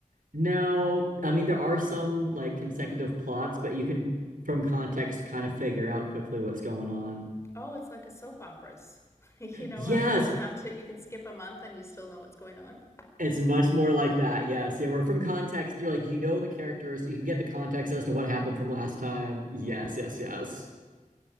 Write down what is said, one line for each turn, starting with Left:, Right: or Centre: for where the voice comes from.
Right: No, I mean there are some like consecutive plots, but you can from context kind of figure out quickly what's going on.
Left: Oh, it's like a soap opera's. <laughs> You know
Right: Yes,
Left: how you don't have to, you can skip a month and you still know what's going on?
Right: it's much more like that. Yes, yeah, we're from context. You're like you know the characters, you can get the context as to what happened from last time. Yes, yes, yes.